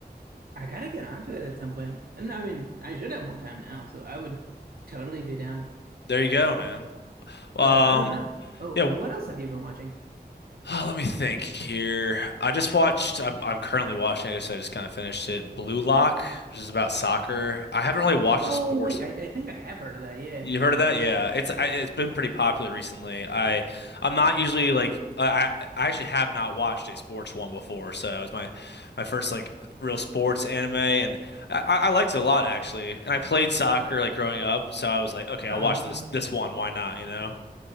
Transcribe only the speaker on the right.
I gotta get onto it at some point. And I mean, I should have more time now, so I would totally be down.
But other than that, oh,
uh, what else have you been watching?
Oh,
wait, I, I think I have heard of that, yeah.
Uh,